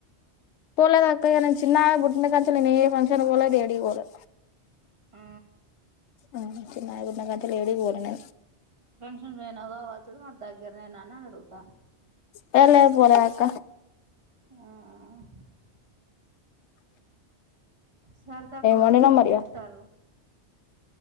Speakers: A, on the left; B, on the right.
A: పోలేదు అక్కయ, నను చిన్నమే బుట్టిన కా నేను ఏ ఫంక్షన్ పోలేది ఏడి పోలే.
B: ఆ
A: ఆ చిన్నగుందకల ఏడికి పోలేని
B: నువ్వు పోయినవ్ కావచ్చు, మరి దగ్గర నేను అనిని అడుగుతాను.
A: వెళ పోలేక
B: ఆ
A: స
B: సరదాక వాళ్ళు
A: వండినావు
B: ఏం
A: మరి
B: చెప్తారు.
A: ఇవాళ